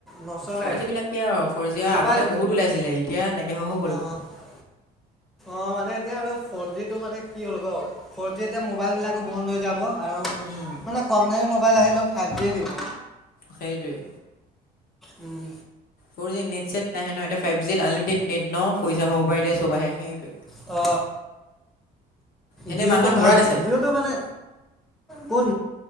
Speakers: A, in the centre; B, on the left.
A: নচলে
B: ফৰ যি বিলাক কি আৰু ফৰ জি
A: মোবাইল
B: আগতে বহুত ওলাইছিলে এতিয়া ন কহ হৈ গ'লগে।
A: অ অ অ' মানে এতিয়া আৰু ফৰ জি টো মানে কি হ'ল গ ফৰ জি এতিয়া মোবাইল বিলাকো বন্ধ হৈ যাব। আৰু
B: উম,
A: মানে কম দামী মোবাইল আহিলেও ফাইভ জি দিব।
B: সেইটোৱেই।
A: উম।
B: ফ'ৰ জি নেট-ছেট নাহে ন এ ফাইভ জিত আনলিমিটেড নেট ন? পইচা পাব পাৰিল চব আহে সেইটোয়ে।
A: অ।
B: এনেই
A: জিঅ'টো
B: মাহঁত ঘৰত
A: ভাল
B: আছে
A: জিঅ'টো মানে কোন